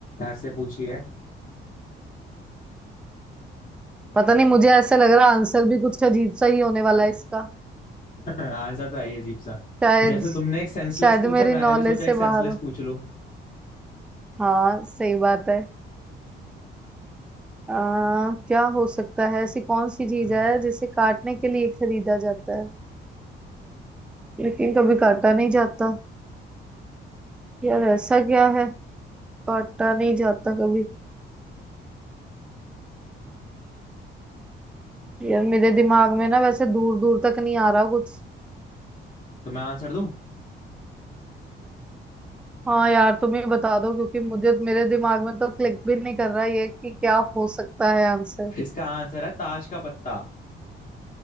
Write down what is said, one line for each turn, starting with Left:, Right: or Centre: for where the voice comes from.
Left: ऐसे पूछी है
Centre: पता नहीं मुझे ऐसा लग रहा आंसर भी कुछ अजीब सा ही होने वाला है इसका
Left: <clears throat> <laughs> आंसर तो है ही अजीब सा
Centre: शायद
Left: जैसे तुमने एक सेंसलेस
Centre: शायद
Left: पूछा
Centre: मेरी
Left: मैंने
Centre: नॉलेज
Left: भी सोचा
Centre: से
Left: एक सेंसलेस
Centre: बाहर हो
Left: पूछ लूं
Centre: हाँ सही बात है आ, क्या हो सकता है ऐसी कौन सी चीज
Left: तो
Centre: है जिसे काटने के लिए खरीदा जाता है लेकिन कभी काटा नहीं जाता यार ऐसा क्या है काटा नहीं जाता कभी यार मेरे दिमाग में ना वैसे दूर दूर तक नहीं आ रहा कुछ
Left: मैं आंसर दूं
Centre: हाँ यार तुम ही बता दो क्योंकि मुझे मेरे दिमाग में तो क्लिक भी नहीं कर रहा ये कि क्या हो सकता है आंसर
Left: इसका आंसर है ताश का पत्ता